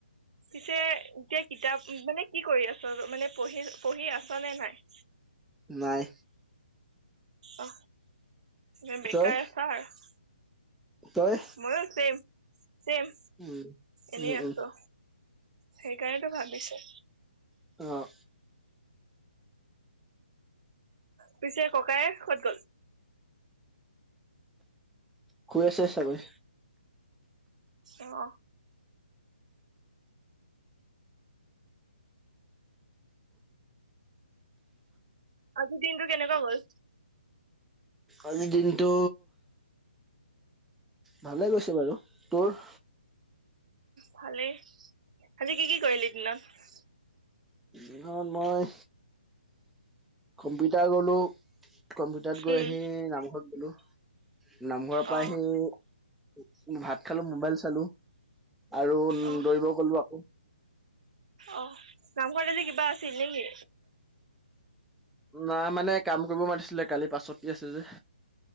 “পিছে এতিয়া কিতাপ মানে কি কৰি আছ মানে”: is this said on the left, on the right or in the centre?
Right